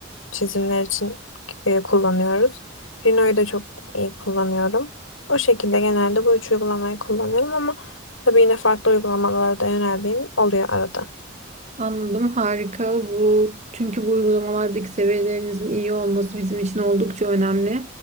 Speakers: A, on the left; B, on the right.
A: çizimler için e, kullanıyoruz. Rhino'yu da çok iyi kullanıyorum. O şekilde genelde bu üç uygulamayı kullanıyorum ama Tabii yine farklı uygulamalara da yöneldiğim oluyor arada.
B: Anladım, harika. Bu çünkü bu uygulamalardaki seviyelerinizin iyi olması bizim için oldukça önemli.